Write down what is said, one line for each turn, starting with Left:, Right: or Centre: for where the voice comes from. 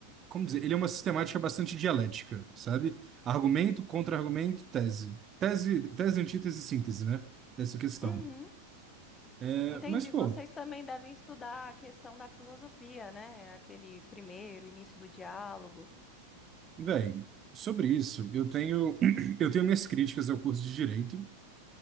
Right: como dizer, ele é uma sistemática bastante dialética, sabe? Argumento, contra-argumento, tese. Tese, tese, antítese, síntese, né? Dessa questão.
Left: Uhum.
Right: É,
Left: Entendi.
Right: mas, pô,
Left: Vocês também devem estudar a questão da filosofia, né? Aquele primeiro início do diálogo.
Right: velho, sobre isso, eu tenho, <clears throat> eu tenho minhas críticas ao curso de direito.